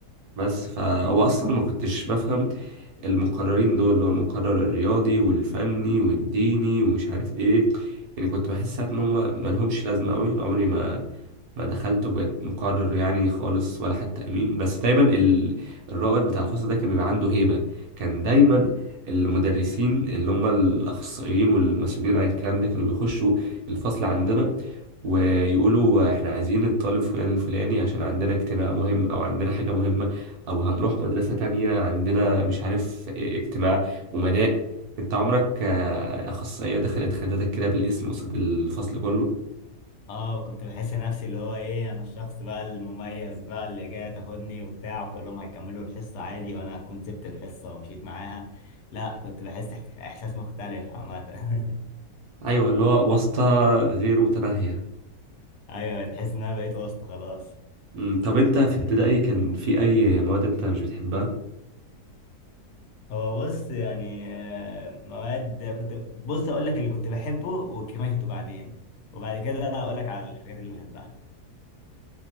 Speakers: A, on the right; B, on the left.
A: بس فهو اصلا ما كنتش بفهم المقررين دول اللي هو المقرر الرياضي والفني والديني ومش عارف ايه يعني كنت بحس ساعات ان هم ما لهمش لازمة قوي عمري ما ما دخلت وبقيت مقرر يعني خالص ولا حتى امين بس دايما ال... الرائد بتاع الفصل ده كان بيبقى عنده هيبة كان دايما المدرسين اللي هم الاخصائيين والمسؤولين عن الكلام ده كانوا بيخشوا الفصل عندنا ويقولوا احنا عايزين الطالب فلان الفلاني عشان عندنا اجتماع مهم او عندنا حاجة مهمة او هنروح مدرسة تانية عندنا مش عارف اجتماع امناء انت عمرك آه، اخصائية دخلت خدتك كده بالاسم قصاد الفصل كله
B: اه وكنت بحس نفسي اللي هو ايه انا الشخص بقى المميز بقى اللي جاي تاخدني وبتاع وكلهم هيكملوا الحصة عادي وانا كنت سبت الحصة ومشيت معاها لا كنت بحس احت- احساس مختلف عامة <laughs>
A: ايوه اللي هو واسطة غير متناهية
B: ايوه تحس ان انا بقيت وسط خلاص
A: أمم، طب انت في ابتدائي كان في اي مواد انت مش بتحبها
B: هو بص يعني آه، مواد كنت بص اقول لك اللي كنت بحبه وكرهته بعدين وبعد كده اقول لك على الحاجات اللي بحبها